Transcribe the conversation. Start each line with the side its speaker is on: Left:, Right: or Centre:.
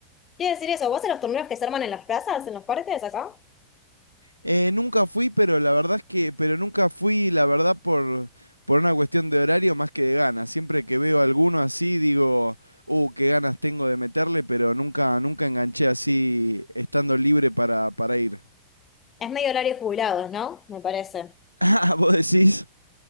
Left: Quiero decir eso, ¿vos en los torneos que se arman en las plazas, en los parques acá?
Right: Eh, nunca fui, pero la verdad es que, pero nunca fui, la verdad, por, por una cuestión de horario más que de ganas. Siempre que veo alguno así, digo, uh, qué ganas tengo de meterle, pero nunca, nunca enganché así, estando libre para, para ir. <laughs>
Left: Es medio horario jubilados, ¿no? Me parece.
Right: Ah, vos decís.